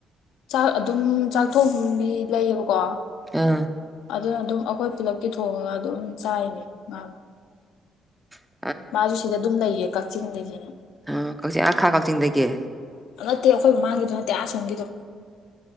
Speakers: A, on the left; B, in the centre.
A: ꯆꯥꯛ ꯑꯗꯨꯝ ꯆꯥꯛꯊꯣꯡꯕꯤ ꯂꯩꯌꯦꯕꯀꯣ
B: ꯑꯥ
A: ꯑꯗꯨꯅ ꯑꯗꯨꯝ ꯑꯩꯈꯣꯏ ꯈꯨꯂꯞꯀꯤ ꯊꯣꯡꯉꯒ ꯑꯗꯨꯝ ꯆꯥꯏꯅꯤ ꯃꯥ
B: ꯎ
A: ꯃꯥꯁꯨ ꯁꯤꯗ ꯑꯗꯨꯝ ꯂꯩꯌꯦ ꯀꯛꯆꯤꯡꯗꯒꯤꯅꯦ
B: ꯑ ꯀꯛꯆꯤꯡ ꯑꯈꯥ ꯀꯛꯆꯤꯡꯗꯒꯤ
A: ꯅꯠꯇꯦ ꯑꯩꯈꯣꯏ ꯃꯃꯥꯡꯒꯤꯗꯣ ꯅꯠꯇꯦ ꯑꯥꯁꯣꯝꯒꯤꯗꯣ